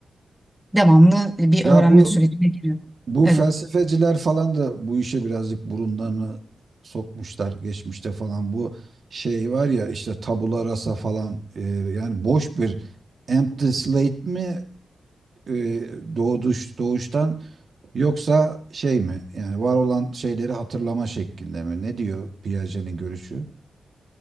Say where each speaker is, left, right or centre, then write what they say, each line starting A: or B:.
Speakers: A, in the centre; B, on the right.
A: devamlı bir
B: Ya
A: öğrenme
B: bu
A: sürecine giriyor.
B: Bu
A: Evet.
B: felsefeciler falan da bu işe birazcık burunlarını sokmuşlar geçmişte falan. Bu şey var ya işte tabula rasa falan e, yani boş bir empty slate mi e, doğduş doğuştan yoksa şey mi? Yani var olan şeyleri hatırlama şeklinde mi? Ne diyor Piaget'in görüşü?